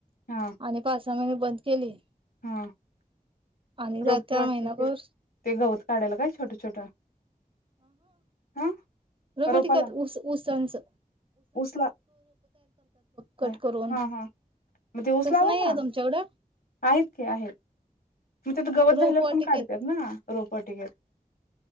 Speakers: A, on the left (about 80°); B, on the right (about 35°).
A: हा
B: आणि पास. सा महिने बंद केली.
A: हा
B: आणि जात्या
A: रोप वाटते
B: महिनाभर
A: तेते गवत काढाल काय छोट छोट हा
B: रोबोटिकात
A: रोपाला
B: ऊस ऊसांच.
A: उसला
B: कट
A: हा
B: करून
A: हा मग ते उसलाव
B: तसं नाही
A: ना
B: आहे तुमच्याकडं
A: आहेत. की आहेत मग त्याथ गवत
B: रोपवाटिकेत
A: झालं तर पण कडत्यत ना रोपवाटिकेत.